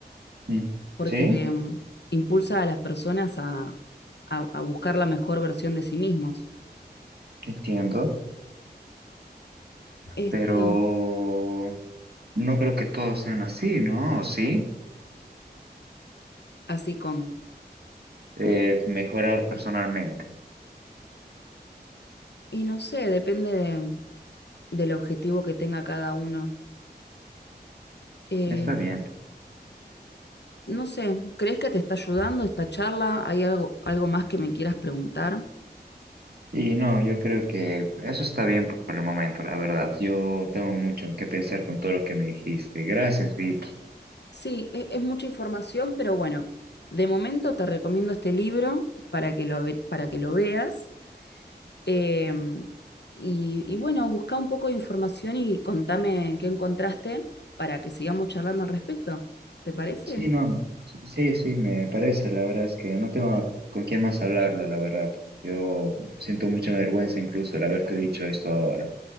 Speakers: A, on the right; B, on the left.
A: mm.
B: porque
A: Sí,
B: em, impulsa a las personas a, a- a buscar la mejor versión de sí mismos.
A: entiendo,
B: Este,
A: pero no creo que todos sean así, ¿no? ¿O sí?
B: así como.
A: Eh, mejorar personalmente.
B: Y no sé, depende de- del objetivo que tenga cada uno. Eh,
A: Está bien.
B: No sé, ¿crees que te está ayudando esta charla? ¿Hay algo, algo más que me quieras preguntar?
A: Y no, yo creo que eso está bien por por el momento, la verdad. Yo tengo mucho en qué pensar con todo lo que me dijiste. Gracias, Vicky.
B: Sí, e- es, mucha información, pero bueno, de momento te recomiendo este libro para que lo, ve- para que lo veas. Eh, y, y bueno, busca un poco de información y contame qué encontraste para que sigamos charlando al respecto. ¿Te parece?
A: Sí, no, sí, sí, sí, me parece. La verdad es que no tengo con quién más hablarlo, la verdad. Yo siento mucha vergüenza incluso de haberte dicho esto ahora.